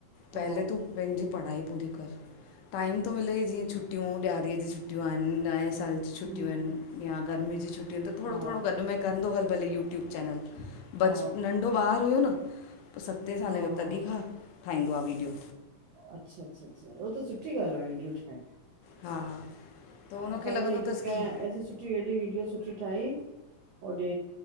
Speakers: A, on the right; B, on the left.
A: हा,
B: पहले तूं पंहिंजी पढ़ाई पूरी कर। टाइम तो मिले ई जीअं छुटियूं ॾियारीअ जी छुट्टियूं आहिन नए साल जी छुटियूं
A: हम्म,
B: आहिन। या गर्मी जी छुटियूं आहिन त थोड़ो
A: हा,
B: थोड़ो गॾ में कंदो हल भले यूट्यूब चैनल बच
A: हा,
B: नंढो ॿार हुयो न पो सते साले
A: हा,
B: जो तॾहिं खां ठाहींदो आ वीडियो।
A: अच्छा अच्छा अच्छा उो त सुठी ॻाल्हि आहे विडियो ठाएण।
B: हा त उनखे
A: असांजी
B: लॻंदो
A: हिक
B: अथसि
A: क-
B: की
A: - सुठी एॾी विडियो सुठी ठाही ओॾे